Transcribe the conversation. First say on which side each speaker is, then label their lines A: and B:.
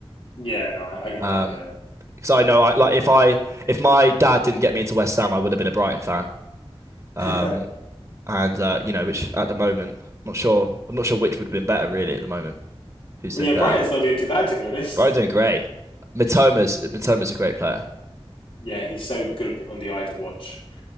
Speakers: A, on the left; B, on the right.
A: Yeah, no, I, I get
B: Um,
A: that. Yeah.
B: because I know I like if I if my dad didn't get me into West Ham, I would have been a Brighton fan. Um,
A: well,
B: and uh, you know, which at the moment, I'm not sure. I'm not sure which would have been better really at the moment. Who's
A: yeah,
B: doing
A: Brighton's
B: better?
A: not doing too bad to be honest.
B: Brighton doing
A: <laughs>
B: great. Mitoma's Mitoma's a great player.
A: Yeah, he's so good on the eye to watch.